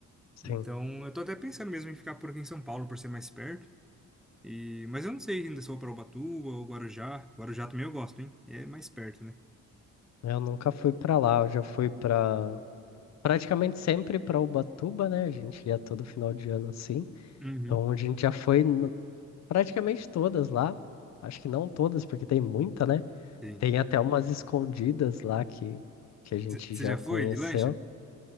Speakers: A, on the left; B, in the centre.
A: sim.
B: Então, eu tô até pensando mesmo em ficar por aqui em São Paulo, por ser mais perto. E... Mas eu não sei ainda se eu vou pra Ubatuba ou Guarujá. Guarujá também eu gosto, hein? É mais perto, né?
A: Eu nunca fui para lá, eu já fui para praticamente sempre para Ubatuba, né? A gente ia todo final de ano assim.
B: Uhum.
A: Então a gente já foi n- praticamente todas lá. Acho que não todas, porque tem muita, né?
B: Sim.
A: Tem até umas escondidas lá que, que a gente
B: Você
A: já
B: já foi
A: conheceu.
B: de lancha?